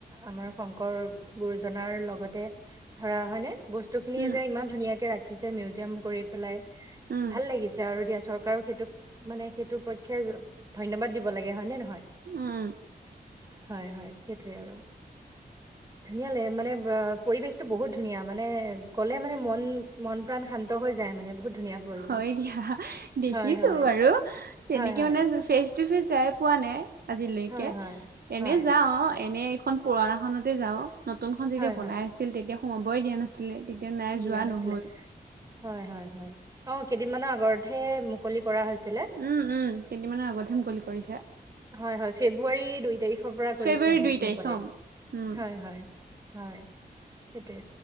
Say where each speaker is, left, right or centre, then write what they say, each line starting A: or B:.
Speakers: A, on the right; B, on the right.
A: আমাৰ শংকৰ গুৰুজন। জনাৰ লগতে ধৰা হয় নে বস্তু খিনিয়
B: উম উম
A: যে ইমান ধুনীয়াকে ৰাখি ৰাখিছে মিউজিয়াম কৰি পেলাই
B: উম
A: ভাল লাগিছে আৰু দিয়াচোন। চৰকাৰক সেইটোক মানে সেইটো পক্ষে ধন্যবাদ দিব লাগে হয় নে নহয়।
B: উম
A: হয় হয় সেইটোয়ে আৰু। ধুনীয়া লাগে মানে পৰিৱেশটো বহুত ধুনীয়া মানে। গ'লে মানে মন মন প্ৰাণ শান্ত হৈ যায় মানে বহুত। ধুনীয়া পৰিৱেশ
B: হয় দিয়া দেখিছো
A: হয় হয়
B: বাৰু তেনেকে
A: হয় হয়
B: মানে ফেচ ফেচ টো ফেচ যাই পোৱা নাই আজিলৈকে
A: হয় হয়
B: এনে
A: হয়
B: যাওঁ‌। এনে এইখন পুৰণা খনতে যাওঁ‌। নতুন খন যেতিয়া
A: হয়
B: বনাই
A: হয়
B: আছিল তেতিয়া সোমাবই দিয়া নাছিলে। নাই
A: দিয়া
B: যোৱা
A: নাছিলে
B: নহল
A: হয় হয় হয়। অ' কেইদিনমানৰ আগতহে মুকলি কৰা হৈছিলে
B: উম উম কেইদিনমানৰ আগতহে মুকলি কৰিছে।
A: হয় হয়। ফেব্ৰুৱাৰী দুই তাৰিখৰ পৰা কৰিছেহে
B: ফেব্ৰুৱাৰী দুই তাৰিখ
A: মোকলে
B: হম উম
A: হয় হয় হয়। সেইটোৱে